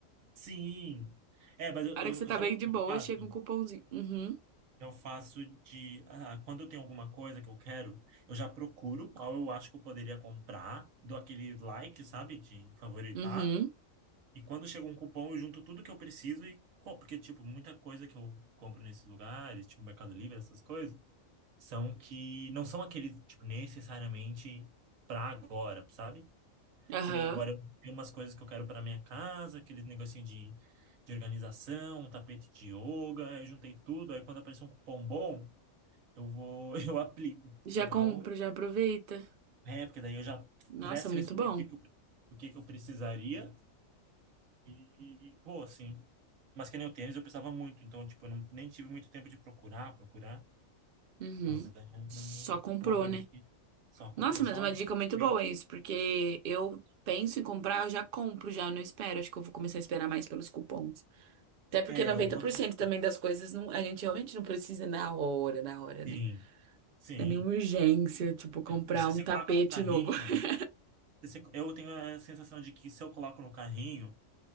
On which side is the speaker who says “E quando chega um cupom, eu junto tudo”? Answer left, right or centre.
Right